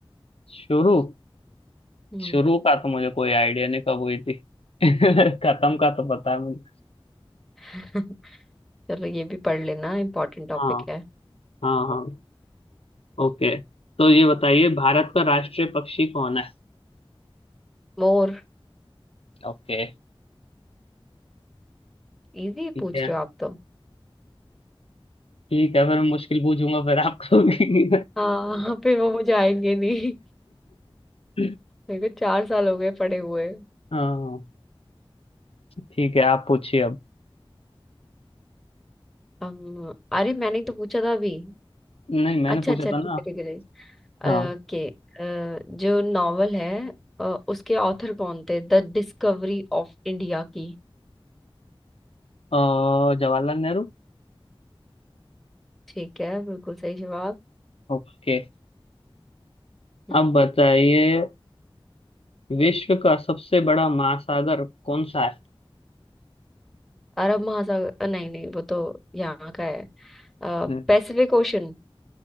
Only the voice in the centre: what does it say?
हम्म
<laughs> चलो ये भी पढ़ लेना इम्पोर्टेंट टॉपिक
है
मोर
इजी
पूछ
रहे हो आप तो
हाँ हाँ, फिर वो मुझे आएंगे नहीं
मेरे को चार साल हो गए पढ़े हुए
अम, अरे मैंने तो पूछा था अभी
अच्छा
अच्छा ठीक
है ठीक है ठीक
है। अ, के अ, जो नॉवल है अ, उसके ऑथर कौन थे द डिस्कवरी ऑफ इंडिया की
ठीक है बिल्कुल सही जवाब
हम्म
अरब महासागर अ, नहीं नहीं वो तो यहाँ का है
Pacific Ocean